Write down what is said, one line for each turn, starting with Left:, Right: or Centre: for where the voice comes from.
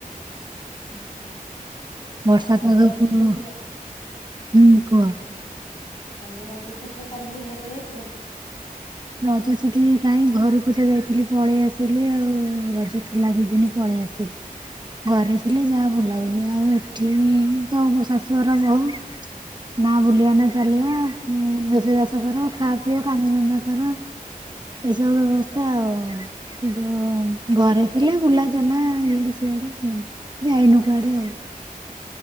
Left: ଆଚ୍ଛା
Right: ବର୍ଷା
Left: ଆପଣ
Right: ପାଗକୁ
Left: ରଜ ଛୁଟିରେ
Right: ହୁଁ କୁହ।
Left: କାଲି ରଜ ଛୁଟିରେ କୁଆଡ଼େ ବୁଲିବାକୁ ଯାଇଥଲେ?
Right: ରଜ ଛୁଟି କାହିଁ ଘରକୁ ତ ଯାଇଥିଲି ପଳେଇ ଆସିଲି ଆଉ ରଜ ଥିଲା ଦି ଦିନ। ପଳେଇ ଆସଲି। ଘରେ ଥିଲେ ଯାହା ବୁଲାବୁଲି ଆଉ ଏଠି ତ ମୁଁ ଶାଶୁଘର ବୋହୂ ନା ବୁଲିବା ନା ଚାଲିବା ରୋଷେଇ ବାସ କର ଖାଆ ପିଇଅ କାମ ଧନ୍ଦା ତର ଏସବୁ ବ୍ୟବସ୍ଥା ଆଉ। କିନ୍ତୁ ଘରେ ଥିଲେ ବୁଲାଚାଲା ଇଆଡେ ସିଆଡେ ଯାଇନୁ କୁଆଡେ ଆଉ।